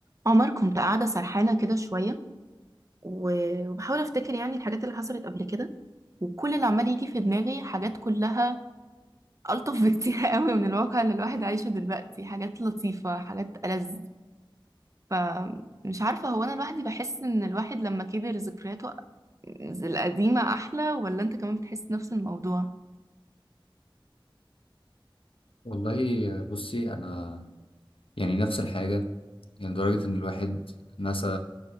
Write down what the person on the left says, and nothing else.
والله بصي انا يعني نفس الحاجه يعني لدرجه ان الواحد نسى